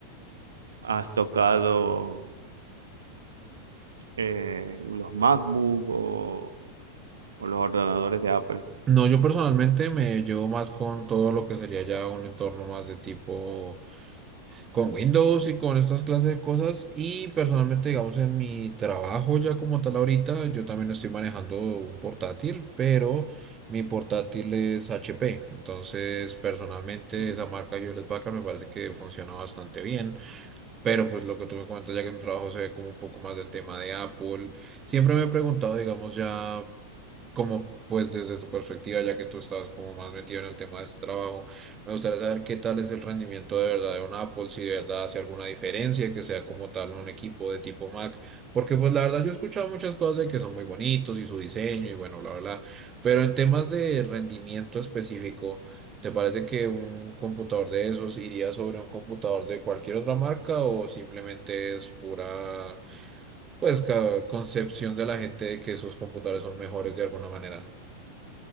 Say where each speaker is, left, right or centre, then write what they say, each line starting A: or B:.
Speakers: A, on the right; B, on the right.
A: has tocado eh, los MacBook o, o los ordenadores de Apple.
B: No, yo personalmente me llevo más con todo lo que sería ya un entorno más de tipo con Windows y con estas clases de cosas. Y personalmente, digamos, en mi trabajo ya como tal ahorita, yo también estoy manejando un portátil, pero mi portátil es HP. Entonces, personalmente,
A: Ujú.
B: esa marca Hewlett Packard me parece que funciona bastante bien. Pero pues lo que tú me comentas ya que en tu trabajo se ve como un poco más del tema de Apple. Siempre me he preguntado, digamos, ya como pues desde tu perspectiva, ya que tú estabas como más metido en el tema de este trabajo, me gustaría saber qué tal es el rendimiento de verdad de un Apple, si de verdad hace alguna diferencia, que sea como tal un equipo de tipo Mac, porque pues la verdad yo he escuchado muchas cosas de que son muy bonitos y su diseño y bueno, bla, bla, bla, pero en temas de rendimiento específico, ¿te parece que un computador de esos iría sobre un computador de cualquier otra marca o simplemente es pura, pues, ca- concepción de la gente de que esos computadores son mejores de alguna manera?